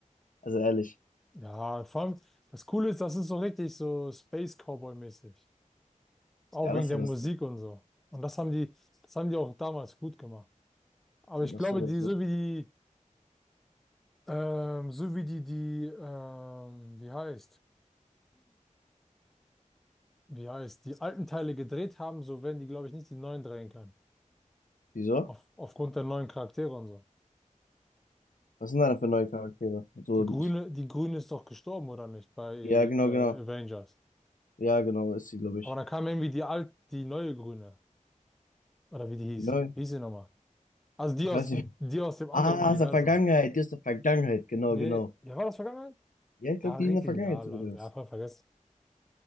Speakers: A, on the left (about 80°); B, in the centre.
A: Also ehrlich.
B: Ja, vor allem, das Coole ist, das ist so richtig so Space Cowboy-mäßig. Auch
A: Ja,
B: wegen
A: das ist
B: der
A: ja das
B: Musik
A: Ding.
B: und so. Und das haben die, das haben die auch damals gut gemacht. Aber
A: Das
B: ich glaube,
A: so oder
B: die,
A: so.
B: so wie die, ähm, so wie die, die, ähm, wie heißt, wie heißt, die alten Teile gedreht haben, so werden die, glaube ich, nicht die neuen drehen können.
A: Wieso?
B: Auf, aufgrund der neuen Charaktere und so.
A: Was sind da denn für neue Charaktere? So,
B: Die Grüne,
A: ich,
B: die Grüne ist doch gestorben, oder nicht, bei äh,
A: ja, genau, genau.
B: Avengers.
A: Ja, genau, ist sie, glaube ich.
B: Aber dann kam irgendwie die alt, die neue Grüne. Oder wie die hieß.
A: Neu.
B: Wie hieß sie nochmal? Also die
A: Ich
B: aus,
A: weiß nicht.
B: die aus dem anderen
A: Ah,
B: Universum.
A: aus der Vergangenheit. Die ist der Vergangenheit. Genau,
B: Nee,
A: genau.
B: ja, war das vergangenheit?
A: Ja, ich glaube,
B: Ja,
A: die
B: richtig,
A: in der Vergangenheit
B: ja, la-
A: sogar.
B: ja,
A: ist.
B: voll vergessen.